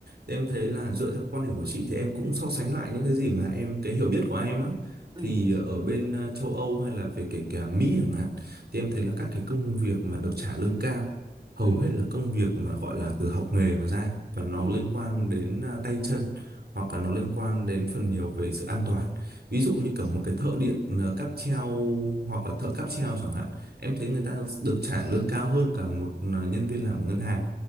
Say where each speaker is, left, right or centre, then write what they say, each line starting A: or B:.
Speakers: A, on the right; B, on the right.
A: Thì em thấy là dựa theo quan điểm của chị thì em cũng so sánh lại những cái gì mà em cái hiểu biết của em á
B: ừ
A: thì ở bên ờ, châu Âu hay là về kể cả Mỹ chẳng hạn thì em thấy là các cái công việc mà được trả lương cao hầu
B: ừ
A: hết là công việc mà gọi là từ học nghề mà ra và nó
B: ừ
A: liên quan đến ờ, tay chân hoặc là nó liên quan đến phần nhiều về sự an toàn ví dụ như kiểu một cái thợ điện ờ, cáp treo hoặc là thợ cáp treo chẳng hạn em thấy người ta được trả lương cao hơn cả một ờ, nhân viên làm ở ngân hàng